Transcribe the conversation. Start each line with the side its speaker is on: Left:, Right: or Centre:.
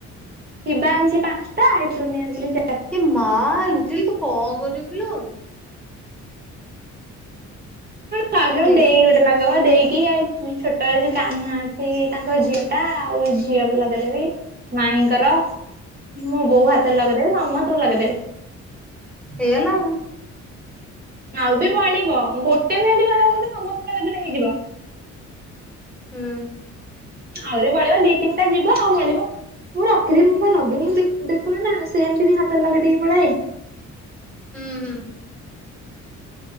Right: ହିବାଂଶି ପାଞ୍ଚଟା ଏଇଥିରୁ ନେଇ ଆସିଲି ଚାର୍
Centre: ଇ ମା ଲିଟିଲ୍ ତୁ କଣ କରିବୁ କିଲୋ।
Right: ଦେଇ ଗୋଟେ
Centre: ହୁଁ
Right: ଲଗେଇବ ଦେଇ କି ଆଉ ଛୋଟ ଏ ଯୋଉ କାହ୍ନା ଅଛି ତାଙ୍କ ଝିଅଟା ଆଉ ଝିଅକୁ ଲଗେଇଦେବି। ମାାଇଙ୍କର ମୁଁ ବୋଉ ହାତରେ ଲଗେଇଦେବ ସମସ୍ତ ଙ୍କୁ ଲାଗିଦେବି।
Centre: ହେଇଗଲା।
Right: ଆଉ ବି ପଳିବ ଗୋଟେ ମିନିଟ ବଳିବ ଗଲେ ସମସ୍ତଲା କେତେବେଳେ ହେଇଯିବ।
Centre: ହୁଁ।
Right: ଆହୁରି ପଳେଇିବ ଦି ତିନିଟା ଯିବ ଆଉ ପଳିବ ମୁଁ ରଖିଦି ମୁଁ ବା ଲଗେଇବି ମୁଁ ଦେଖ, କୁ ନା ସେମିତି ବି ହାତରେ ଲଗେଇଦବି। ମଲାଏ
Centre: ହୁଁ ହୁଁ।